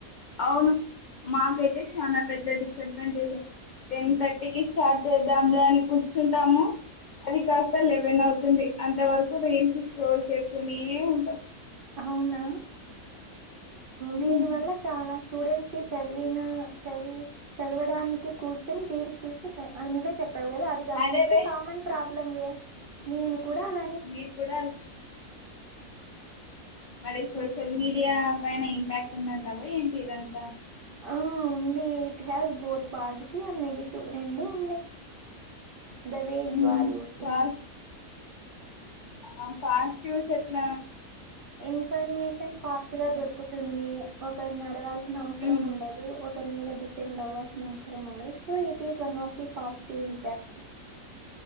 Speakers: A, on the left; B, on the right.
A: అవును మాకైతే చాల పెద్ద డిసడ్వాంటేజే టెన్ థర్టీకి స్టార్ట్ చే <unintelligible> అని కూర్చుంటాము అది కాస్త లెవెన్ అవుతుంది అంత వరకు రీల్స్ స్క్రోల్ చేస్తూనే ఉంటాం
B: అవున
A: ఉమ్
B: దీని వల్ల చాల స్టూడెంట్స్కి చదివిన చదివి చదవడానికి కూర్చొని <unintelligible> చూస్త నువ్వే చెప్పావు కదా అది అందరికి
A: అదే బే
B: కామన్ ప్రాబ్లం వే నేను కూడ అల
A: మీరు కూడ మరి సోషల్
B: ఉమ్.
A: మీడియ పైన ఇంప్యాక్ట్ ఉంది అంటావ ఏంటి ఇదంత
B: ఆ ఉంది it has both positive and negative రెండు ఉన్నయ్ the way you
A: um
B: are using
A: fast ఆ పాస్టివ్స్ ఎట్ల
B: ఇన్ఫర్మేషన్ ఫాస్ట్గా దొరుకుతుంది ఒకరని అడగాల్సిన అవసరం
A: ఉమ్
B: ఉండదు ఒకరి మీద డిపెండ్ అవ్వాల్సిన అవసరం ఉండదు so it is one of the positive impact